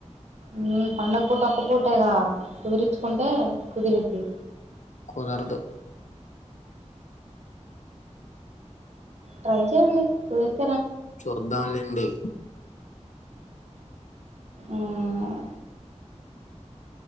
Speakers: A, on the right; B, on the left.
A: మ్మ్ పండగ పూట ఒక్క పూటేగా కుదిర్ంచుకుంటే కుదిరిది
B: కుదరదు
A: ట్రై చేయండి కుదిర్
B: చూద్దాం లెండి
A: ఆహ్